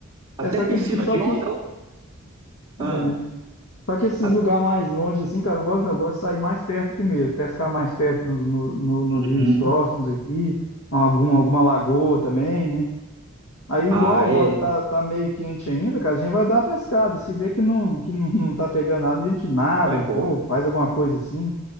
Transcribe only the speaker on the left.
é só
que, só
que,
é, só que esses
lugares mais longe assim, cara, eu não gosto, não. Eu gosto de sair mais perto aqui mesmo, pescar mais perto nos no- no- nos
rios próximos aqui, algum, alguma lagoa também, né? Aí,
igual agora
tá, tá meio quente ainda, cara, a gente vai dar uma pescada. Se vê que não, que não, não tá pegando nada, a gente nada
um
pouco, faz alguma coisa assim,